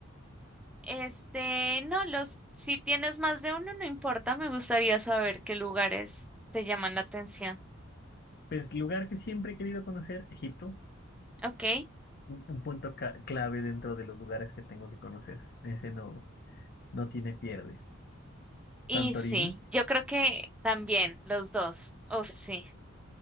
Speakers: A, in the centre; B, on the left (about 50°).
A: Este, no, los, si tienes más de uno, no importa, me gustaría saber qué lugares te llaman la atención.
B: Pues lugar que siempre he querido conocer, Egipto,
A: Ok.
B: un, un punto ca- clave dentro de los lugares que tengo que conocer. Ese no, no tiene pierde.
A: Y
B: Santorini,
A: sí, yo creo que también los dos. Uf, sí.